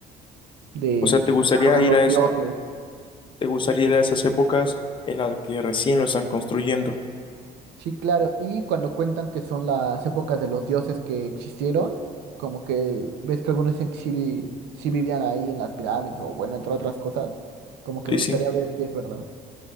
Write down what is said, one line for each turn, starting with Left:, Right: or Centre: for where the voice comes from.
Right: de
Left: O sea, ¿te gustaría
Right: a
Left: ir
Right: los
Left: a
Right: dioses.
Left: esa, te gustaría ir a esas épocas en las que recién lo están construyendo?
Right: Sí, claro, y cuando cuentan que son las épocas de los dioses que existieron, como que ves que algunos dicen que sí, sí vivían ahí en las pirámides, o bueno, entre otras cosas, como que
Left: Sí,
Right: me
Left: sí.
Right: gustaría ver si es verdad.